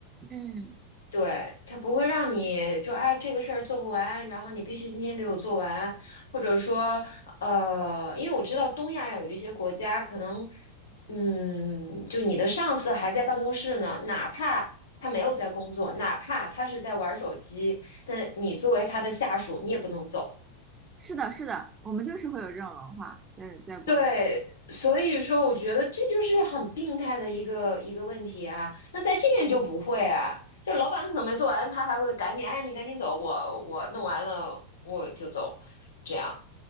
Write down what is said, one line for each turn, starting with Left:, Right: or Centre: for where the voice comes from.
Right: 嗯，
Left: 对，他不会让你说，哎这个事儿做不完，然后你必须今天给我做完，或者说呃，因为我知道东亚有一些国家可能，嗯，就你的上司还在办公室呢，哪怕他没有在工作，哪怕他是在玩手机，但你作为他的下属，你也不能走。
Right: 是的，是的，我们就是会有这种文化在在国内。
Left: 对，所以说我觉得这就是很病态的一个一个问题啊。那在这边就不会啊，就老板可能没做完，他还会赶紧，哎，你赶紧走，我我弄完了我就走，这样，